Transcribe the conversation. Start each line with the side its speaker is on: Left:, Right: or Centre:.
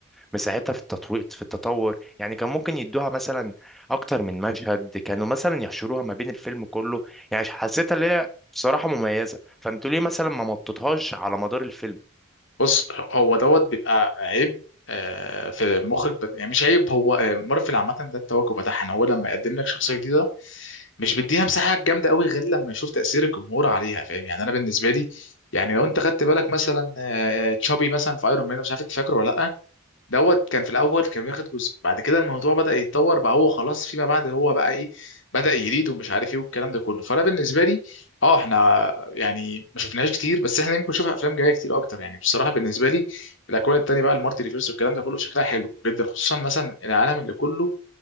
Centre: مساعدتها في التطوير في التطور يعني كان ممكن يدوها مثلا اكتر من مشهد كانوا مثلا يحشروها ما بين الفيلم كله يعني حسيتها اللي هي بصراحة مميزة فانتوا ليه مثلا ما مططوهاش على مدار الفيلم
Left: بص هو دوت بيبقى عيب آه، في المخرج بت... يعني مش عيب هو آه، مارفل عامة ده التوجه بتاعها ان هو لما يقدم لك شخصية جديدة مش بيديها مساحة جامدة قوي غير لما يشوف تأثير الجمهور عليها فاهم يعني انا بالنسبة لي يعني لو انت خدت بالك مثلا آه، تشابي مثلا في ايرون مان مش عارف انت فاكره ولا لا دوت كان في الاول كان بياخد جزء بعد كده الموضوع بدا يتطور بقى هو خلاص فيما بعد هو بقى ايه بدا يريد ومش عارف ايه والكلام ده كله فانا بالنسبه لي اه احنا يعني ما شفناهاش كتير بس احنا يمكن نشوف افلام جايه كتير اكتر يعني بصراحه بالنسبه لي الاكوان التانيه بقى المارتي ريفيرس والكلام ده كله شكلها حلو جدا خصوصا مثلا العالم اللي كله